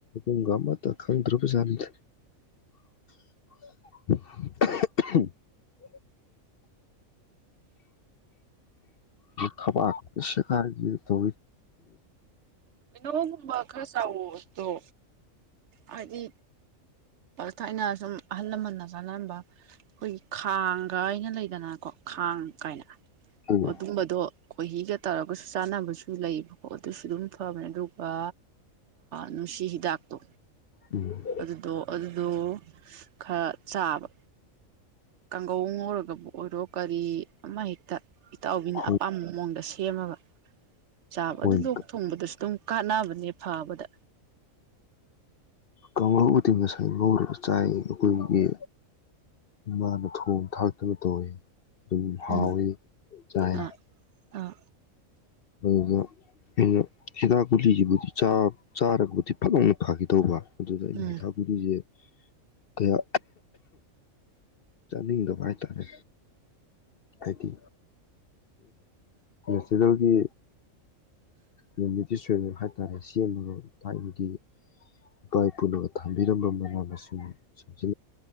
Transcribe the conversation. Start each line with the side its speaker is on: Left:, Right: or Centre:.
Left: ꯎꯨꯡꯒ ꯑꯃꯇ ꯈꯪꯗ꯭ꯔꯕꯖꯥꯠꯅꯤꯗ <inaudible> ꯊꯕꯁꯦ ꯀꯥ ꯇ
Right: ꯩꯅꯣꯕ ꯀꯜꯁꯥꯎ ꯑꯣ ꯍꯥꯏꯗꯤ ꯊꯥꯏꯅ ꯁꯨꯝ ꯑꯍꯜ ꯂꯃꯟꯅ ꯆꯥꯟꯅꯔꯝꯕ ꯑꯩꯈꯣꯏ ꯈꯥꯡ ꯀꯥꯏꯅ ꯂꯩꯗꯅꯀꯣ ꯈꯥꯡ ꯀꯥꯏꯅ
Left: ꯐꯣꯟꯁꯦ
Right: ꯑꯗꯨꯝꯕꯗꯣ ꯈꯣꯏꯍꯤꯒ ꯇꯧꯔꯒꯁꯨ ꯆꯥꯟꯅꯕꯁꯨ ꯂꯩꯌꯦꯕꯀꯣ ꯑꯗꯨꯁꯨ ꯑꯗꯨꯝ ꯐꯕꯅꯦ ꯑꯗꯨꯒ ꯅꯨꯡꯁꯤ ꯍꯤꯗꯥꯛꯇꯣ
Left: ꯎꯝ
Right: ꯑꯗꯨꯗꯣ ꯑꯗꯨꯗꯣ ꯈꯔ ꯆꯥꯕ ꯀꯥꯡꯒꯧ ꯉꯧꯔꯒꯕꯨ ꯑꯣꯏꯔꯣ ꯀꯔꯤ ꯑꯃ ꯍ ꯏꯇꯥꯎꯕꯤꯅ
Left: ꯍꯣꯏ
Right: ꯑꯄꯥꯝꯕ ꯃꯑꯣꯡꯗꯁꯨ ꯁꯦꯝꯃꯕ ꯆꯥꯕ
Left: ꯍꯣꯏꯅꯦ
Right: ꯑꯗꯨ ꯂꯣꯛ ꯊꯨꯡꯕꯗꯁꯨ ꯑꯗꯨꯝ ꯀꯥꯟꯅꯕꯅꯦ ꯐꯕꯗ
Left: ꯀꯥꯡꯂꯨꯞ ꯃꯇꯦꯡ ꯉꯁꯥꯏ ꯉꯧꯔꯒ ꯆꯥꯏ ꯑꯩꯈꯣꯏꯒꯤ ꯏꯃꯥꯅ ꯊꯣꯡ ꯊꯥꯛꯇꯅ ꯇꯧꯋꯤ ꯑꯗꯨꯝ ꯍꯥꯎꯒꯤ
Right: ꯎꯝ
Left: ꯆꯥꯏ
Right: ꯑꯥ ꯑꯥ
Left: ꯑꯗꯨꯗ ꯑꯩꯅ ꯍꯤꯗꯥꯛ ꯨꯂꯤꯁꯤꯕꯨꯗꯤ ꯆꯥꯔꯒꯕꯨꯗꯤ ꯐꯖꯧꯅ ꯐꯈꯤꯗꯧꯕ ꯑꯗꯨꯗ ꯑꯩꯅ
Right: ꯎꯝ
Left: ꯍꯤꯊꯥꯛꯒꯨꯔꯤꯁꯦ ꯀꯌꯥ ꯆꯥꯅꯤꯡꯗꯕ ꯍꯥꯏꯇꯥꯔꯦ ꯍꯥꯏꯗꯤ ꯁꯤꯁꯤꯗ ꯒꯤ ꯔꯦꯃꯤꯗꯤꯁ ꯍꯥꯏꯇꯥꯔꯦ ꯁꯦꯝꯃꯒ ꯊꯥꯏꯅꯒꯤ ꯏꯄꯥ ꯏꯄꯨꯅꯒ ꯊꯝꯕꯤꯔꯝꯕ ꯃꯅꯥ ꯃꯁꯤꯡ ꯁꯁꯤ